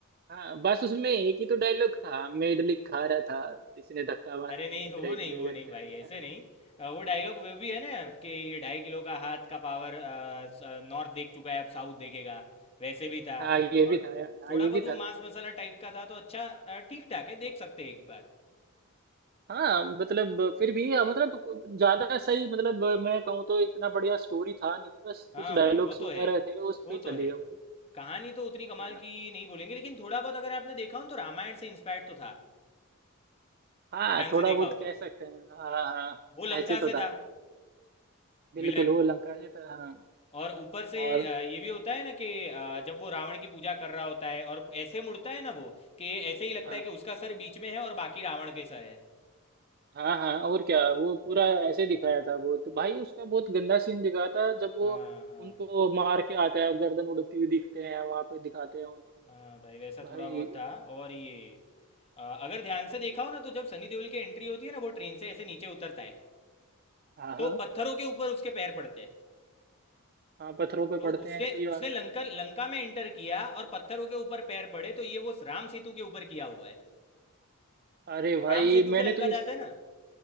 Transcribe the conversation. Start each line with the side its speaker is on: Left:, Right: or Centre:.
Right: हाँ बस उसमें एक ही तो डायलॉग था मैं इडली खा रहा था इसने धक्का मारा
Left: अरे नहीं वो
Right: मेरा इडली
Left: नहीं वो
Right: गिर
Left: नहीं
Right: गया
Left: भाई ऐसे नहीं
Right: <laughs>
Left: अ, वो डायलॉग वो भी है ना कि ये ढाई किलो का हाथ का पावर नॉर्थ देख चुका है अब साउथ देखेगा वैसे भी था
Right: हाँ ये
Left: और
Right: भी था यार हाँ
Left: थोड़ा
Right: ये
Left: बहुत
Right: भी
Left: वो
Right: था
Left: मांस मसाला टाइप का था तो अच्छा ठीक ठाक है देख सकते हैं एक बार
Right: हाँ मतलब फिर भी अ, मतलब ज्यादा सही मतलब मैं कहूँ तो इतना बढ़िया स्टोरी था नहीं बस
Left: हाँ
Right: कुछ डायलॉग्स
Left: भाई वो
Right: वगैरह
Left: तो है
Right: थे उस
Left: वो
Right: पे ही
Left: तो
Right: चली
Left: है
Right: है वो
Left: कहानी तो उतनी कमाल
Right: है ना
Left: की नहीं बोलेंगे लेकिन थोड़ा बहुत अगर आपने देखा हो तो रामायण से इंस्पायर्ड तो था
Right: हाँ
Left: ध्यान से
Right: थोड़ा
Left: देखा
Right: बहुत
Left: हो
Right: कह
Left: तो
Right: सकते हैं हाँ हाँ हाँ,
Left: वो लंका
Right: ऐसे तो
Left: से
Right: था
Left: था
Right: बिल्कुल
Left: विलन
Right: वो लंका से था हाँ
Left: और ऊपर से
Right: और
Left: अ, ये भी होता है ना कि अ, जब वो रावण की पूजा कर रहा होता है और ऐसे मुड़ता है ना वो कि ऐसे ही लगता
Right: हाँ
Left: है कि उसका सर बीच में है और बाकी रावण के सर है
Right: हाँ हाँ और क्या वो पूरा ऐसे दिखाया था वो तो भाई उसका बहुत गंदा सीन दिखाया था जब वो
Left: हाँ हाँ
Right: उनको
Left: हाँ
Right: मार के आता है गर्दन उड़ती हुई दिखते हैं वहां पे दिखाते हैं वो लोग
Left: हाँ भाई वैसा
Right: भाई
Left: थोड़ा बहुत था और ये अ, अगर ध्यान से देखा हो ना तो जब सनी देओल की एंट्री होती है ना वो ट्रेन से ऐसे नीचे उतरता है
Right: हाँ
Left: तो
Right: हाँ
Left: पत्थरों के ऊपर उसके पैर पड़ते हैं
Right: हाँ पत्थरों पे
Left: तो
Right: पड़ते
Left: उसने
Right: हैं सही बात
Left: उसने लंका
Right: है
Left: लंका में एंटर किया और पत्थरों के ऊपर पैर पड़े तो ये वो राम सेतु के ऊपर किया हुआ है
Right: अरे भाई
Left: राम सेतु
Right: मैंने
Left: से लंका
Right: तो इस
Left: जाते हैं ना